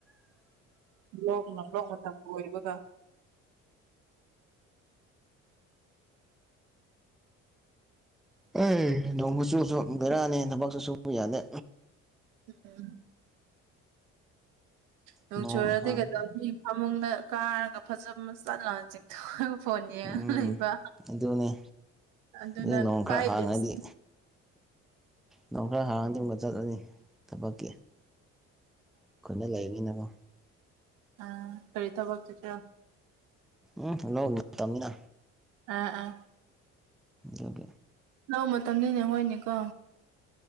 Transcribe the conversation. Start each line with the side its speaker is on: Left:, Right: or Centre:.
Right: ꯂꯣꯛ ꯂꯣꯛ ꯃꯇꯝ ꯀ ꯑꯣꯏꯔꯤꯕꯒ <inaudible>
Centre: ꯎ ꯅꯣꯡꯕ ꯆꯨꯁꯨ ꯕꯩꯔꯛꯑꯅꯤ ꯊꯕꯛꯁꯨ ꯁꯨꯕ ꯌꯥꯅꯤ
Right: ꯍ ꯅꯣꯡꯆꯨꯔꯗꯤ
Centre: ꯅꯣꯡ ꯍꯥꯡꯉꯗꯤ
Right: ꯀꯩꯗꯧꯅꯤ ꯐꯃꯨꯡꯗ ꯀꯥꯔꯒ ꯐꯖꯕ ꯆꯠꯂ ꯆꯤꯡ ꯐꯣꯟꯅꯤ
Centre: ꯎꯝ
Right: ꯂꯩꯕ
Centre: ꯑꯗꯨꯅꯤ
Right: ꯑꯗꯨ ꯑꯗꯨ
Centre: ꯑꯗꯩ
Right: ꯅꯥꯟ
Centre: ꯅꯣꯡ
Right: ꯀꯥꯏ
Centre: ꯈꯔ ꯍꯥꯡꯉꯗꯤ
Right: ꯦꯁ
Centre: ꯅꯣꯡ ꯈꯔ ꯍꯥꯡꯔꯗꯅ ꯆꯠꯂꯅꯤ ꯊꯕꯛꯀꯤ ꯈꯨꯣꯏꯅ ꯂꯩꯔꯅꯤꯅꯕꯣ
Right: ꯑ ꯀꯔꯤ ꯊꯕ ꯇꯁꯨ
Centre: ꯎꯝ ꯅꯣꯡꯅꯨꯡ ꯇꯃꯤꯅ
Right: ꯑꯥ ꯑꯥ
Centre: ꯌꯒꯦ
Right: ꯂꯧ ꯃꯇꯝꯅꯤꯅꯦ ꯍꯣꯏꯅꯦꯀꯣ